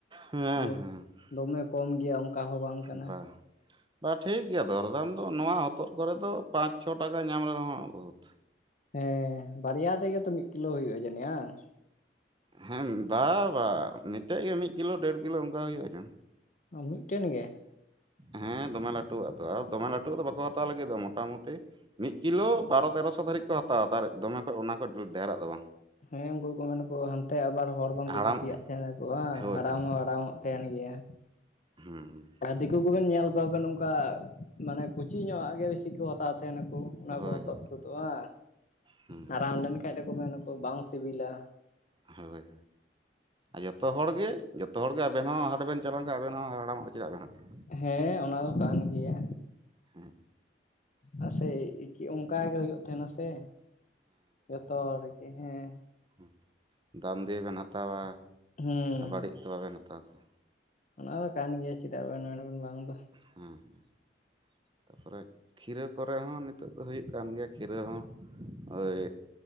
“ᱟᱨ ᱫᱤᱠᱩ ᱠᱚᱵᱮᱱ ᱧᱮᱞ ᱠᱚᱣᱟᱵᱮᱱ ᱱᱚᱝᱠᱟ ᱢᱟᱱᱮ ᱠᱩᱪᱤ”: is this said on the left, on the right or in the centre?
Left